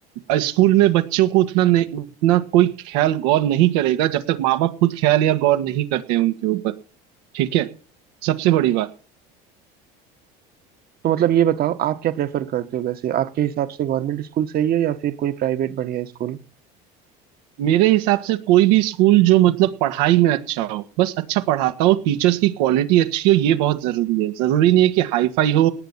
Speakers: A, on the right (about 75°); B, on the right (about 50°).
A: अ, स्कूल में बच्चों को उतना नहीं उतना कोई ख्याल गौर नहीं करेगा जब तक माँ बाप खुद ख्याल या गौर नहीं करते हैं उनके ऊपर ठीक है सबसे बड़ी बात
B: तो मतलब ये बताओ आप क्या प्रेफर करते हो वैसे आपके हिसाब से गवर्नमेंट स्कूल सही है या फिर कोई प्राइवेट बढ़िया स्कूल
A: मेरे हिसाब से कोई भी स्कूल जो मतलब पढ़ाई में अच्छा हो बस अच्छा पढ़ाता हो टीचर्स की क्वालिटी अच्छी हो ये बहुत जरूरी है जरूरी नहीं है कि हाई फाई हो